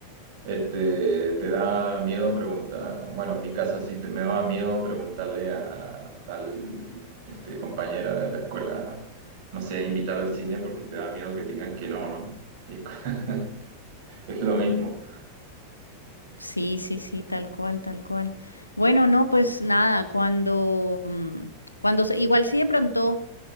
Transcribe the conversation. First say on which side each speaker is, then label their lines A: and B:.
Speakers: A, on the right; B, on the left.
A: Este, te da miedo preguntar, bueno, en mi caso sí, te, me daba miedo preguntarle a tal este, compañera de la escuela, no sé, invitar al cine porque te da miedo que te digan que no, ¿no? Y es, co- <laughs> es lo mismo.
B: Sí, sí, sí, tal cual, tal cual. Bueno, no, pues nada, cuando, mm, cuando, se- igual si de pronto.